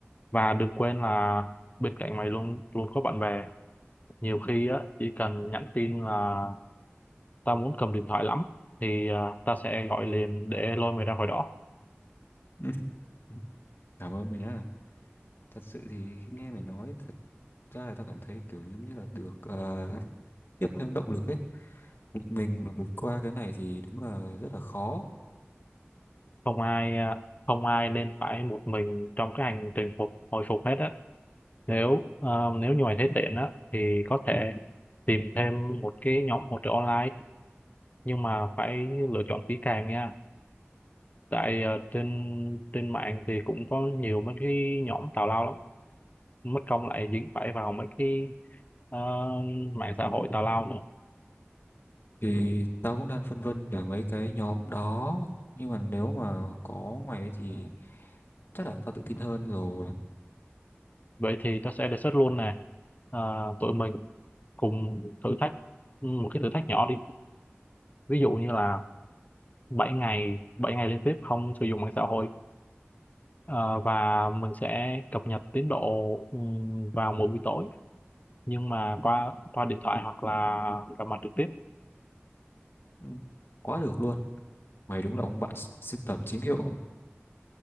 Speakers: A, on the left; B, on the left.
A: và đừng quên là bên cạnh mày luôn luôn có bạn bè nhiều khi á, chỉ cần nhắn tin là tao muốn cầm điện thoại lắm thì à, tao sẽ gọi liền để lôi mày ra khỏi đó
B: Ừ. <laughs> cảm ơn mày nhá thật sự thì khi nghe mày nói thật ra là tao cảm thấy kiểu giống như là được ờ, tiếp thêm động lực ấy mình mà vượt qua cái này thì đúng là rất là khó
A: không ai à, không ai nên phải một mình trong cái hành trình phục hồi phục hết á nếu à, nếu như mày thấy tiện á thì có thể tìm thêm một cái nhóm hỗ trợ online nhưng mà phải lựa chọn kỹ càng nha tại à, trên trên mạng thì cũng có nhiều mấy cái nhóm tào lao lắm mất công lại dính phải vào mấy cái à, mạng xã hội tào lao nữa
B: thì tao cũng đang phân vân về mấy cái nhóm đó nhưng mà nếu mà có mày ấy thì chắc là tao tự tin hơn rồi
A: Vậy thì ta sẽ đề xuất luôn nè. À, tụi mình cùng thử thách ừ, một cái thử thách nhỏ đi. Ví dụ như là bảy ngày bảy ngày liên tiếp không sử dụng mạng xã hội Ờ, và mình sẽ cập nhật tiến độ ừm, vào mỗi buổi tối nhưng mà qua qua điện thoại hoặc là gặp mặt trực tiếp.
B: Ừ, quá được luôn mày đúng là ông bạn s- sưu tầm chính hiệu